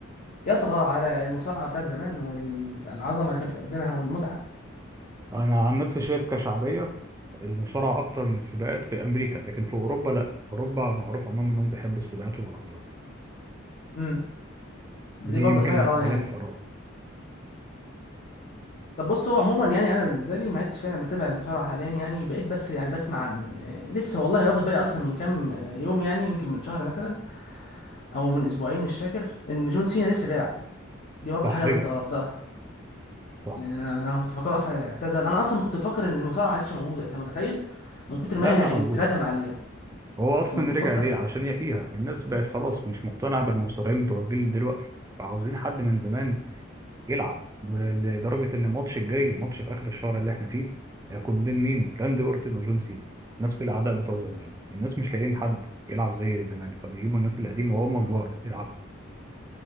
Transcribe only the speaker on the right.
أنا عن نفسي شايف كشعبية المصارعة أكتر من السباقات في أمريكا لكن في أوروبا لأ في أوروبا معروف عنهم إنهم بيحبوا السباقات والعربيات
دي
يمكن
اختلاف
آراء
صح
رجع
صح
لا لا
موجود
هو
اصلا
رجع ليه علشان يحييها الناس بقت خلاص مش مقتنعه بالمصارعين بتوع الجيل دلوقتي فعاوزين حد من زمان يلعب لدرجه ان الماتش الجاي الماتش في اخر الشهر اللي احنا فيه هيكون بين مين راندي اورتن وجون سينا نفس الاعداء بتوع زمان الناس مش لاقيين حد يلعب زي زمان فبيجيبوا الناس القديمه وهم كبار يلعبوا